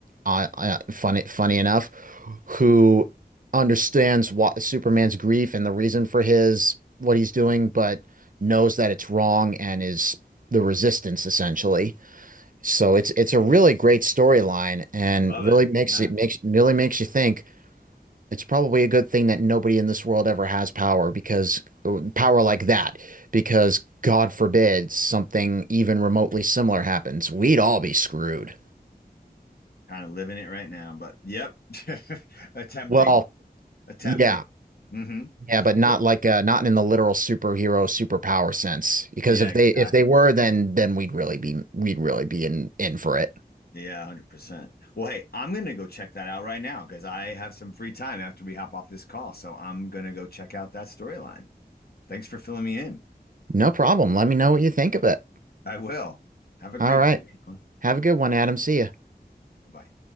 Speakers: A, on the right (about 55°); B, on the left (about 70°).
A: Uh, uh, funny, funny enough, who understands what Superman's grief and the reason for his what he's doing, but knows that it's wrong and is the resistance essentially. So it's it's a really great storyline and
B: love
A: really
B: it.
A: makes
B: Yeah.
A: it makes really makes you think it's probably a good thing that nobody in this world ever has power because uh, power like that, because God forbid something even remotely similar happens. We'd all be screwed.
B: Kind of living it right now, but yep. <laughs> Attempting.
A: Well,
B: Attempting.
A: yeah,
B: hmm
A: yeah, but not
B: Well,
A: like uh not in the literal superhero superpower sense. Because
B: Yeah,
A: if
B: exactly.
A: they if they were, then then we'd really be we'd really be in in for it.
B: Yeah, 100%. Well, hey, I'm going to go check that out right now because I have some free time after we hop off this call. So I'm going to go check out that storyline. Thanks for filling me in.
A: No problem. Let me know what you think of it.
B: I will. Have a
A: All
B: great
A: right.
B: day. Bye
A: Have a good one, Adam. See ya.
B: bye.